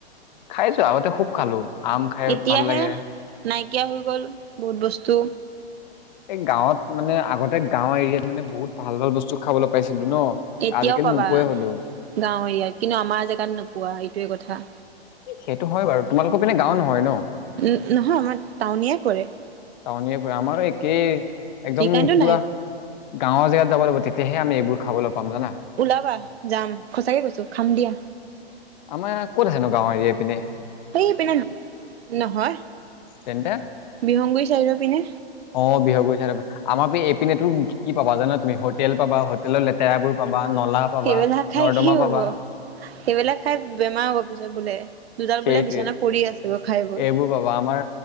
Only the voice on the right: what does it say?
এতিয়াহে
নাইকিয়া হৈ গ'ল বহুত বস্তু
এতিয়াও
পাবা
গাঁও
এৰিয়াত কিন্তু আমাৰ জেগাত নোপোৱা এইটোোৱে কথা
উ নহয় আমাৰ টাউনিয়ে কৰে
সেইকাৰণেতো
নাই
ওলাবা যাম সচাকে কৈছো খাম দিয়া
এইেই পিনে নহয়
বিহংগুৰি চাইদৰ পিনে
সেইবিলাক খাই
কি হ'ব
সেইবিলাক খাই বেমাৰ হ'ব পিছত বোলে দুডাল
বোলে বিছনা পৰি আছে গৈ খাই বৈ